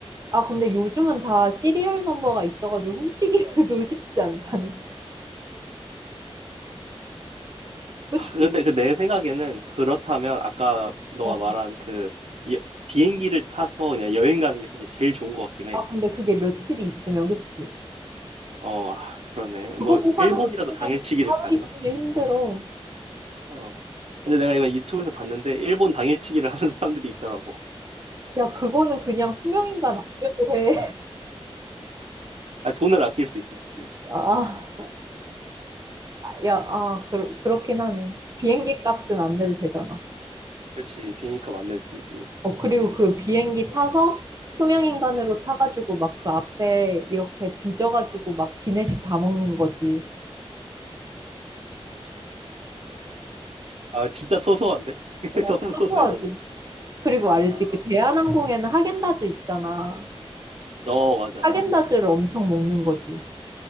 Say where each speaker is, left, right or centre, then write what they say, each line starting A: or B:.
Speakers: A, on the right; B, on the right.
A: 아, 근데 요즘은 다 시리얼 넘버가 있어가지고 훔치기도 <laughs> 쉽지 않다니. 그치?
B: 하, 근데 그 내 생각에는 그렇다면 아까 너가
A: 어.
B: 말한 그 여- 비행기를 타서 그냥 여행 가는 게 사실 제일 좋은 것 같긴 해.
A: 아, 근데 그게 며칠이 있으면, 그치?
B: 어, 아, 그러네. 뭐,
A: 그것도
B: 일본이라도
A: 하루 있으면,
B: 당일치기를
A: 하루
B: 가야
A: 있으면
B: 되나?
A: 힘들어.
B: 어. 근데 내가 이거 유튜브에서 봤는데 일본 당일치기를 <laughs> 하는 사람들이 있더라고.
A: 야, 그거는 그냥 투명인간 아니라고 해.
B: 아, 돈을 아낄 수 있으니까.
A: <laughs> 아, 아, 야, 아, 그, 그렇긴 하네. 비행기 값은 안 내도 되잖아.
B: 그렇지. 비니까 맞는 듯이지
A: 어, 그리고 그 비행기 타서 투명인간으로 타가지고 막 그 앞에 이렇게 뒤져가지고 막 기내식 다 먹는 거지.
B: 아, 진짜 소소한데? <laughs>
A: 어,
B: 너무
A: 또또하지.
B: 소소해졌는데.
A: 그리고 알지?
B: 아,
A: 그 대한항공에는 하겐다즈 있잖아.
B: 어, 맞아.
A: 하겐다즈를 엄청 먹는 거지.